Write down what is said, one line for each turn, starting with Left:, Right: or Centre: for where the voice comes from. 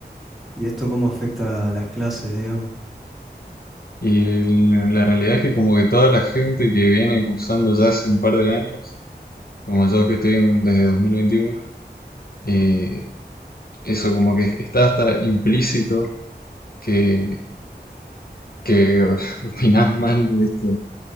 Centre: ¿Y esto cómo afecta a las clases, digamos?
Left: Y l- la realidad es que como que toda la gente que viene cursando ya hace un par de años, como yo que estoy en- desde 2021, eh, eso como que está hasta implícito que, que <laughs> opinás mal de esto